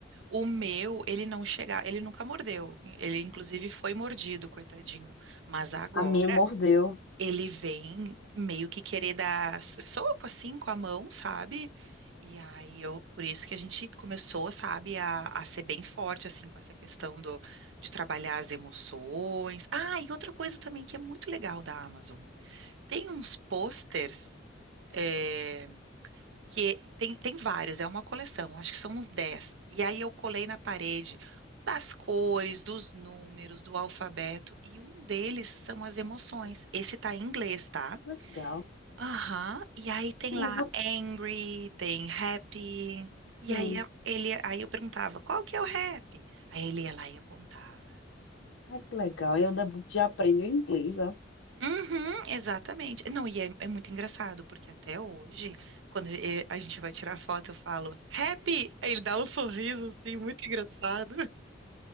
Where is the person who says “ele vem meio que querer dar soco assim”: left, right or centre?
Right